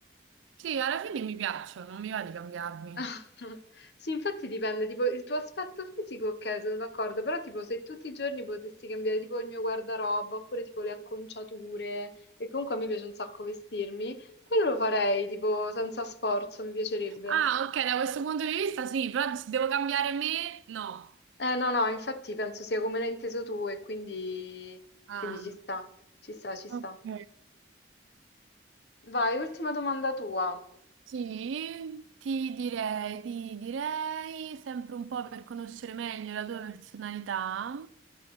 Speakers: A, on the right (about 85°); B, on the left (about 60°).
A: Sì, alla fine mi piacciono, non mi va di cambiarmi.
B: <laughs> Sì, infatti dipende, tipo il tuo aspetto fisico, ok, sono d'accordo, però tipo se tutti i giorni potessi cambiare tipo il mio guardaroba oppure tipo le acconciature, e comunque a me piace un sacco vestirmi, quello lo farei tipo senza sforzo, mi piacerebbe.
A: Ah, ok, da questo punto di vista sì, però se devo cambiare me, no.
B: Eh no, no, infatti penso sia come l'hai inteso tu e quindi,
A: Ah,
B: quindi ci sta, ci sta, ci
A: ok.
B: sta. Vai, ultima domanda tua.
A: Sì, ti direi, ti direi sempre un po' per conoscere meglio la tua personalità.